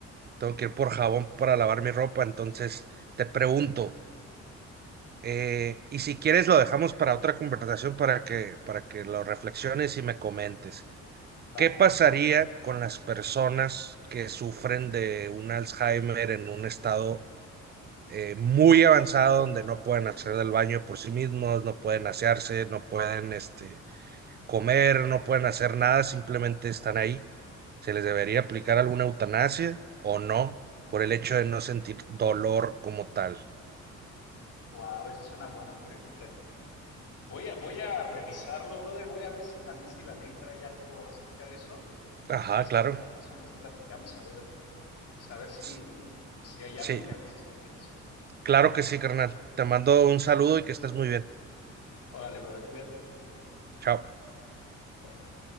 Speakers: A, on the right; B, on the left.
A: Tengo
B: Ujú.
A: que ir por jabón para lavar mi ropa. Entonces, te pregunto, Eh, y si quieres lo dejamos para otra conversación para que, para que lo reflexiones y me comentes.
B: Va,
A: ¿Qué pasaría con las personas que sufren de un Alzheimer en un estado eh, muy avanzado donde no pueden hacer del baño por sí mismos, no pueden asearse, no pueden este, comer, no pueden hacer nada, simplemente están ahí? ¿Se les debería aplicar alguna eutanasia o no por el hecho de no sentir dolor como tal?
B: wow, esa es una buena pregunta. Voy a, voy a revisarlo, brother, voy a ver si- también si la ley trae algo acerca de eso
A: Ajá,
B: y ya si
A: claro.
B: quieres la próxima vez platicamos a ver, pues a ver si,
A: S-
B: si hay
A: Sí,
B: algo y ya me dices qué opinas.
A: Claro que sí, carnal. Te mando un saludo y que estés muy bien.
B: Órale, brother, cuídate.
A: Chao.
B: Bye.